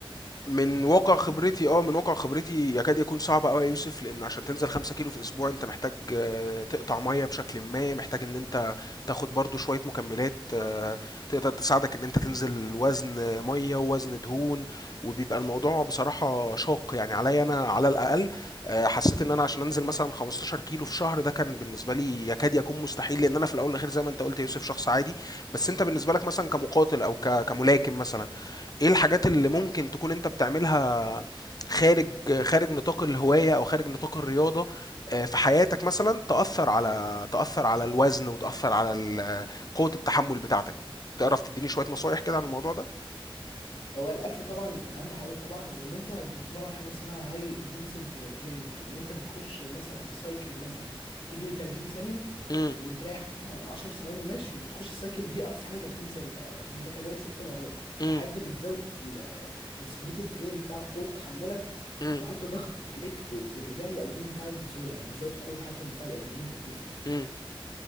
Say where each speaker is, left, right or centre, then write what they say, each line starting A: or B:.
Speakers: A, on the left (about 45°); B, on the left (about 75°).
A: من
B: ما
A: واقع
B: كل احنا
A: خبرتي آه، من واقع خبرتي يكاد يكون صعب أوي يا يوسف، لإن عشان تنزل 5 كيلو في أسبوع أنت محتاج آه، تقطع مَيّة بشكلٍ ما، محتاج إن أنت تاخد برضه شوية مكملات آه، تقدر تساعدك إن أنت تنزل وزن مَيّة ووزن دهون، وبيبقى الموضوع بصراحة شاق، يعني عليّا أنا على الأقل آآ، حسيت إن أنا عشان أنزل مثلًا 15 كيلو في شهر ده كان بالنسبة لي يكاد يكون مستحيل، لإن أنا في الأول والأخير زي ما أنت قُلت يا يوسف شخص عادي، بس أنت بالنسبة لك مثلًا كمقاتل أو ك كملاكم مثلًا ايه الحاجات اللي ممكن تكون انت بتعملها خارج خارج نطاق الهواية او خارج نطاق الرياضة آه، في حياتك مثلا تأثر على تأثر على الوزن وتأثر على ال- آه، قوة التحمل بتاعتك تعرف تديني شوية نصايح كده عن الموضوع ده
B: هو الاكل طبعا اهم حاجة طبعا وان انت بتتمرن حاجة اسمها هاي انتنسيف تريننج اللي انت بتخش مثلا سايكل مثلا تجري 30 ثانية
A: امم
B: وتريح مثلا 10 ثواني مشي وتخش السايكل دي اقصى حاجه 30 ثانيه متكرره ست مرات
A: امم
B: لحد بتزود الاكسبلوسيف تريننج بتاعك قوه تحملك
A: امم
B: وبيحط ضغط عليك وبيعمل الادرينالين بتاعك بسهوله يعني بيزود قوه حتى اندفاع الادرينالين في الجسم
A: امم